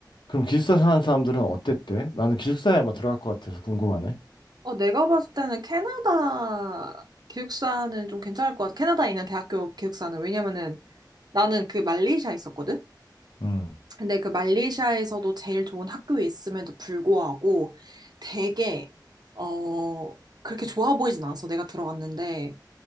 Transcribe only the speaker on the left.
그럼 기숙사 사는 사람들은 어땠대? 나는 기숙사에 아마 들어갈 것 같아서 궁금하네.
음.